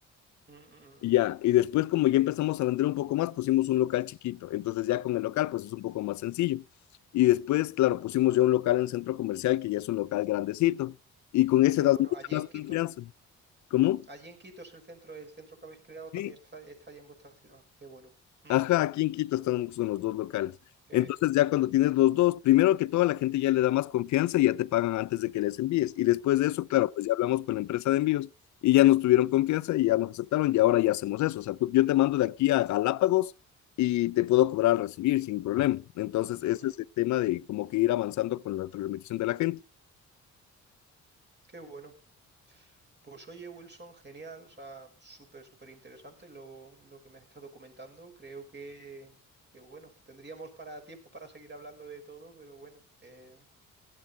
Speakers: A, on the right; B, on the left.
A: Mm, mm, mm.
B: Y ya, y después como ya empezamos a vender un poco más, pusimos un local chiquito. Entonces ya con el local, pues es un poco más sencillo. Y después, claro, pusimos ya un local en centro comercial, que ya es un local grandecito. Y con ese
A: Qué
B: das
A: bueno.
B: mucha
A: Allí
B: más
A: en Quito,
B: confianza. ¿Cómo?
A: allí en Quito es el centro, el centro que habéis creado también
B: Sí,
A: está, está allí en vuestra ciudad. Qué bueno. Ujú,
B: Ajá, aquí en Quito están son los dos locales.
A: Qué,
B: Entonces ya cuando tienes los dos, primero que todo la gente ya le da más confianza y ya te pagan antes de que les envíes. Y después de eso, claro, pues ya hablamos con la empresa de envíos y ya nos tuvieron confianza y ya nos aceptaron y ahora ya hacemos eso. O sea, tú- yo te mando de aquí a Galápagos y te puedo cobrar al recibir sin problema. Entonces
A: mm,
B: ese
A: mm,
B: es el tema de como que ir avanzando con la implementación de la gente.
A: qué bueno. Pues oye, Wilson, genial, o sea, súper, súper interesante lo, lo que me has estado comentando. Creo que, que, bueno, tendríamos para tiempo para seguir hablando de todo, pero bueno, eh,